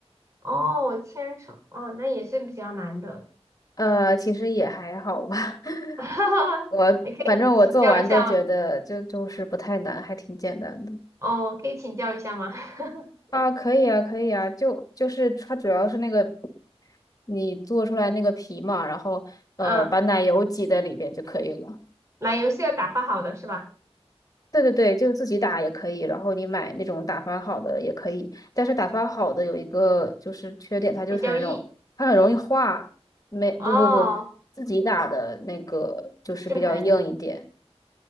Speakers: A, on the right; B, on the left.
A: 哦，千层，哦，那也是比较难的。
B: 呃，其实也还好吧。<laughs>
A: <laughs>
B: 我反正我做完都觉得就就是不太难，
A: 你可以请教一下吗？
B: 还挺简单的。
A: 哦，可以请教一下吗？<laughs>
B: 啊，可以啊，可以啊，就就是它主要是那个你做出来那个皮嘛，然后呃把奶油挤在里边就可以了。
A: 嗯，奶油是要打发好的是吧？
B: 对对对，就自己打也可以，然后你买那种打发好的也可以，但是打发好的有一个就是缺点，它就是很容它很容易化，
A: 比较硬，
B: 没不不不，
A: 哦，
B: 自己打的那个就是比较硬一点。
A: 就很，